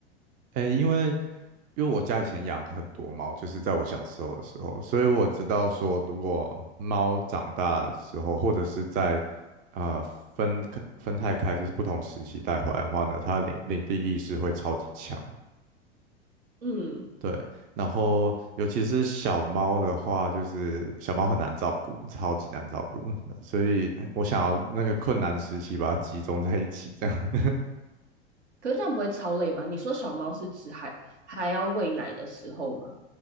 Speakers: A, on the right; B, on the right.
A: 诶，因为因为我家以前养很多猫，就是在我小时候的时候，所以我知道说，如果猫长大的时候，或者是在呃分开分太开，就是不同时期带回来的话呢，它的领领地意识会超级强。
B: <laughs> 嗯，
A: 对，然后尤其是小猫的话，就是小猫很难照顾，超级难照顾，所以我想要那个困难时期把它集中在一起，这样。
B: 可是这样不会超累吗？你说小猫是指还还要喂奶的时候吗？